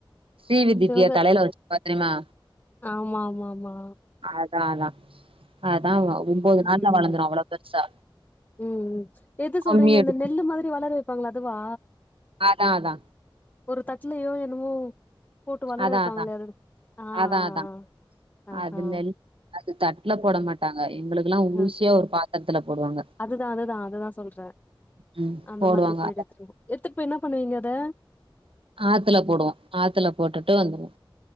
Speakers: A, on the right; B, on the left.
A: ஸ்ரீ விதிப்பியா
B: சிவகத்
A: தலைல வச்சு பத்ரிமா
B: ஆமா ஆமா ஆமா
A: அதா அதா அதா ஒன்பது
B: ம்
A: நாள்ல
B: ம்
A: வளர்ந்துரு அவ்ளோ பெருசா
B: ம் எது
A: கும்மி
B: சொல்றீங்க
A: அடி
B: இந்த நெல்லு மாரி வளர வப்பாங்களே அதுவா
A: அதா அதா
B: ஒரு தட்லயோ என்னமோ போட்டு வளர
A: அதான்
B: வப்பாங்கலே
A: அதான்
B: ஆ
A: அதான்
B: ஆ
A: அதான்
B: ஆ ஆஹா
A: அது நெல் அது தட்ல
B: ம்
A: போட மாட்டாங்க எங்களுக்குல்லா
B: அ
A: ஊசியா ஒரு பாத்திரத்துல போடுவாங்க
B: அதுதா அதுதா அததா சொல்றே
A: ம்
B: அந்த
A: போடுவாங்க
B: மாதிரி போயிட்டு எத்துட்டு எடுத்து போயிடு என்ன பண்ணுவீங்க அத
A: ஆத்துல போடுவோ ஆத்துல போட்டுட்டு வந்ருவோ